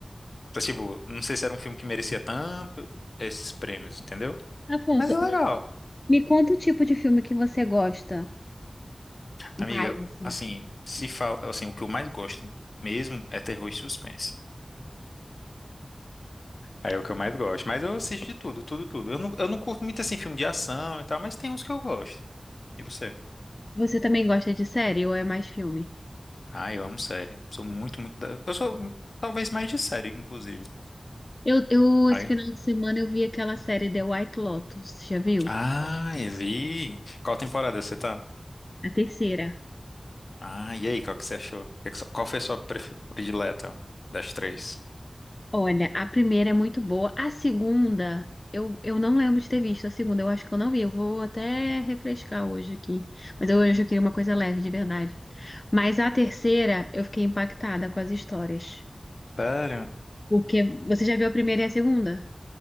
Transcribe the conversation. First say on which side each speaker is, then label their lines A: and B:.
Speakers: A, on the left (about 70°); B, on the left (about 40°).
A: Então, tipo, não sei se era um filme que merecia tanto esses prêmios, entendeu?
B: Afonso,
A: Mas é legal.
B: me, me conta o tipo de filme que você gosta
A: Amiga,
B: mais, assim.
A: assim, se fala, assim, o que eu mais gosto mesmo é terror e suspense. Aí É o que eu mais gosto. Mas eu assisto de tudo, tudo, tudo. Eu não, eu não curto muito, assim, filme de ação e tal, mas tem uns que eu gosto. E você?
B: Você também gosta de série ou é mais filme?
A: Ah, eu amo série. Sou muito, muito da... Eu sou hum, talvez mais de série, inclusive.
B: Eu, eu, esse
A: Aí.
B: final de semana eu vi aquela série The White Lotus, já viu?
A: Ah, eu vi. Qual temporada você tá?
B: A terceira.
A: Ah, e aí, qual que você achou? Que que so- Qual foi a sua pref- predileta das três?
B: Olha, a primeira é muito boa. A segunda, eu, eu não lembro de ter visto a segunda. Eu acho que eu não vi. Eu vou até refrescar hoje aqui. Mas eu- hoje eu queria uma coisa leve, de verdade. Mas a terceira, eu fiquei impactada com as histórias.
A: Pera.
B: Porque você já viu a primeira e a segunda?